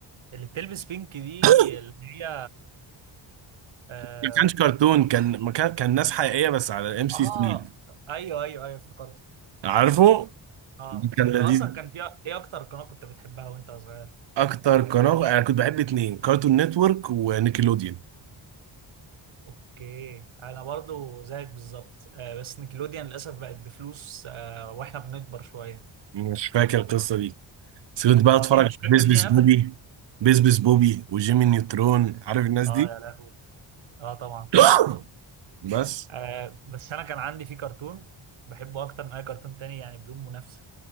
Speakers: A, on the right; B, on the right.
A: اللي بتلبس بينك دي
B: <coughs>
A: اللي هي اه,
B: ما كانش كرتون كان ما كان كان ناس حقيقيه بس على ام سي
A: آه.
B: 3
A: ايوه ايوه ايوه افتكرت
B: عارفه
A: اه
B: كان
A: انت
B: لذيذ
A: اصلا كان في ايه اكتر قناه كنت بتحبها وانت صغير
B: اكتر قناه انا كنت بحب اتنين كارتون نتورك ونيكلوديان
A: اوكي انا برضو زيك بالظبط آه بس نيكلوديان للاسف بقت بفلوس آه واحنا بنكبر شويه
B: مش فاكر القصه دي بس كنت بقى اتفرج
A: ليه
B: على
A: مش فاكر
B: بيزبس
A: ان هي قفلت
B: بوبي بيزبس بوبي وجيمي نيوترون عارف الناس
A: اه
B: دي
A: يا لهوي اه طبعا
B: <gasps> بس
A: آه بس انا كان عندي فيه كرتون بحبه اكتر من اي كرتون تاني يعني بدون منافسه